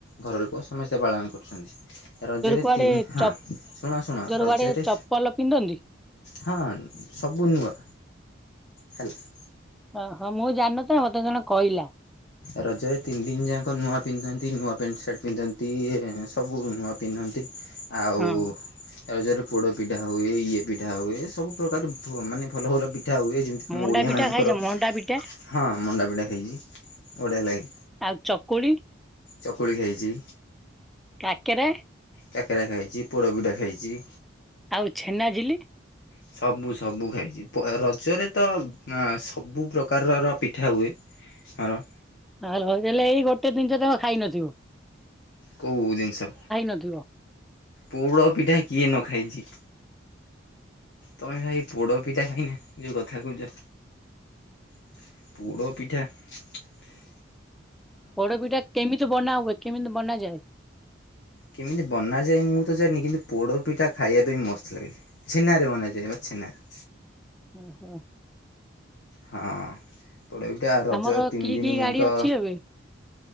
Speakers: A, on the left (about 60°); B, in the centre.
A: ଘର ଲୋକ ସମସ୍ତେ ପାଳନ କରୁଛନ୍ତି। ରଜରେ
B: କୁଆଡେ
A: ତିନି ହଁ
B: ଚ
A: ଶୁଣ ଶୁଣ ରଜରେ
B: କୁଆଡେ ଚପଲ ପିନ୍ଧନ୍ତି?
A: ହଁ ସବୁ ନୂଆ। ହେଲା
B: ଓହୋ ମୁଁ ଜାଣିନେଇତ ମତେ ଜଣେ କଇଲା।
A: ରଜରେ ତିନି ଦିନ ଯାକ ନୂଆ ପିନ୍ଧନ୍ତି ନୂଆ ପ୍ୟାଣ୍ଟ୍ ସାର୍ଟ ପିନ୍ଧନ୍ତି ସବୁ ନୂଆ ପିନ୍ଧନ୍ତି ଆଉ
B: ହଁ
A: ରଜରେ ପୋଡ ପିଠା ହୁଏ ଇଏ ପିଠା ହୁଏ ସବୁ ପ୍ରକାର ମାନେ ଭଲ ଭଲ ପିଠା ହୁଏ ଯେମ ଆମ
B: ମଣ୍ଡା
A: ଓଡ଼ିଆମାନଙ୍କର
B: ପିଠା ଖାଇଛ ମଣ୍ଡା ପିଠା?
A: ହଁ ମଣ୍ଡାପିଠା ଖାଇଚି। ବଢିଆ ଲାଗେ
B: ଆଉ ଚକୁଳି
A: ଚକୁଳି ଖାଇଛି।
B: କାକେରା
A: କାକେରା ଖାଇଛି ପୋଡ଼ପିଠା ଖାଇଛି।
B: ଆଉ ଛେନାଝିଲି
A: ହ ସବୁ ସବୁ ଖାଇଛି ରଜରେ ତ ଆଁ ସବୁ ପ୍ରକାରର ପିଠା ହୁଏ। ସାର
B: <unintelligible> ଏଇ ଗୋଟେ ଜିନିଷ ତମେ ଖାଇନଥିବ
A: କୋଉ ଜିନିଷ
B: ନଥିବ
A: ପୋଢପିଠା କିଏ ନଖାଇଚି ତମେ ଭାଇ ଏଇ ପୋଡ ପିଠା ଖାଇନି ଯୋଉ କଥା କହୁଛ ପୋଡ଼ପିଠା ଚୁ ଚୁ
B: ପୋଡପିଠା କେମିତି ବନାହୁଏ କେମିତି ବନାଯାଏ?
A: କେମିତି ବନାଯାଏ ମୁଁ ତ ଜାଣିନି କିନ୍ତୁ ପୋଡ଼ପିଠା ଖାଇବାପାଇଁ ମସ୍ତ ଲାଗେ। ଛେନାରେ ବନାଯାଏ ବା ଛେନାରେ।
B: ଓ ହୋ
A: ହଁ ପୋଡପିଠା ରଜ
B: ତମର
A: ତିନି
B: କି
A: ଦିନ
B: କି ଗାଡି
A: ଯାକ
B: ଅଛି ଏବେ